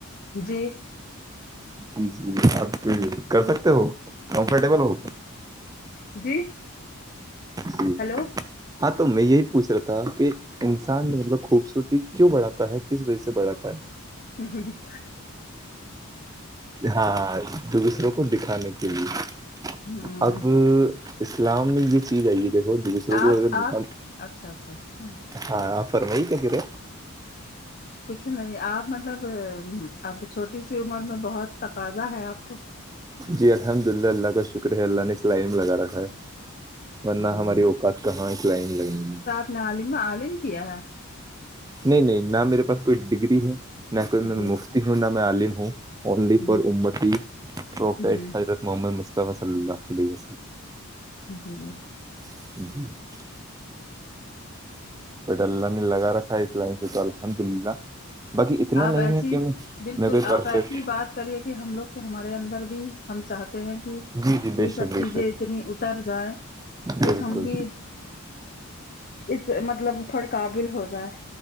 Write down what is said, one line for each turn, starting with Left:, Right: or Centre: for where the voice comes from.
Left: جی
Right: جی جی آپ کر سکتے ہو کمفرٹیبل ہو
Left: جی
Right: جی
Left: ہیلو
Right: ہاں تو میں یہی پوچھ رہا تھا کہ انسان مطلب خوبصورتی کیوں بڑھاتا ہے کس وجہ سے بڑھاتا ہے
Left: ہ ہ ہ
Right: ہاں دو دوسروں کو دکھانے کے لیے
Left: ہ
Right: اب اسلام میں یہ چیز آئی ہے دیکھو ر
Left: آپ
Right: کو
Left: آپ اچھا اچھا
Right: ہاں فرمئی کیا کہے
Left: کچھ نہیں آپ مطلب اب چھوٹی سی عمر میں بہت تقاضا ہے آپ کو
Right: جی الحمد للہ اللہ کا شکر ہے اللہ نے اسلائن میں لگا رکھا ہے ورنہ
Left: جی
Right: ہماری اوقات کہاں اس لائن لگنی ہے
Left: ن عالم عالم کیا ہے
Right: نہیں نہیں نہ میرے پاس کوئی ڈگری ہو نہ کوئی میں
Left: جی
Right: مفتی ہوں نہ میں عالم ہوں ا
Left: جی
Right: ف
Left: جی
Right: حضرت محمد مصطفی ص عل و
Left: <unintelligible>
Right: <unintelligible> بٹ اللہ نے لگا رکھا ہے اسلائم سے تو الحمد للہ باقی اتنا
Left: آپ
Right: نہیں
Left: ایسی
Right: ہے کہ
Left: بالکل
Right: میں کوئی پرفیکٹ
Left: آپ ایسی بات کریے کہ ہم لوگ ہمارے اندر بھی ہم چاہتے ہیں کہ
Right: جی جی بے
Left: یہ
Right: شک
Left: سب
Right: بے
Left: چیزیں
Right: شک
Left: اتنی اتر جائے کہ
Right: بالکل
Left: ہم بھی اس مطلب تھوڑے قابل ہو جائے